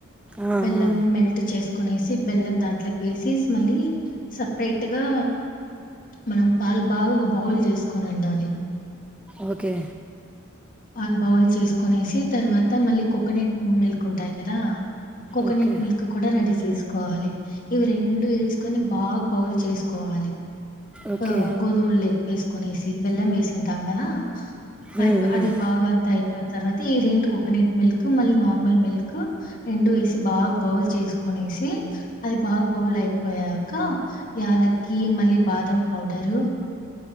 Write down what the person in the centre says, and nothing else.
ఆ,
ఆ.
ఓకే
ఓకే
ఓకే
ఉమ్,
ఉమ్.